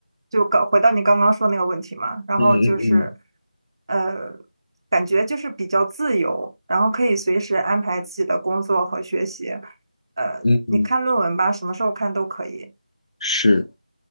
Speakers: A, on the right (about 30°); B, on the left (about 40°).
A: 就搞回到你刚刚说那个问题嘛，然后就是，
B: 嗯嗯
A: 呃，感觉就是比较自由，然后可以随时安排自己的工作和学习，呃，
B: 嗯嗯嗯，
A: 你看论文吧，什么时候看都可以，
B: 是